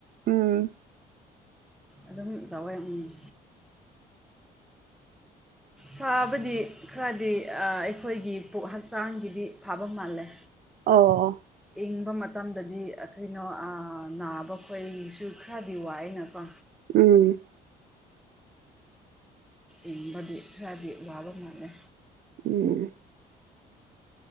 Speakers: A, on the right; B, in the centre.
A: ꯎꯝ
B: ꯑꯗꯨꯝ ꯀꯋꯏ ꯁꯥꯕꯗꯤ ꯈꯔꯗꯤ ꯑꯩꯈꯣꯏꯒꯤ ꯄꯨꯛ ꯍꯛꯆꯥꯡꯒꯤꯗꯤ ꯐꯕ ꯃꯥꯜꯂꯦ
A: ꯑꯣ
B: ꯏꯪꯕ ꯃꯇꯝꯗꯗꯤ ꯀꯩꯅꯣ ꯅꯥꯕ ꯈꯣꯏꯁꯨ ꯈꯔꯗꯤ ꯋꯥꯏꯅꯀꯣ
A: ꯎꯝ
B: ꯏꯪꯕꯗꯤ ꯈꯔꯗꯤ ꯋꯥꯕ ꯃꯥꯥꯟꯅꯦ
A: ꯎꯝ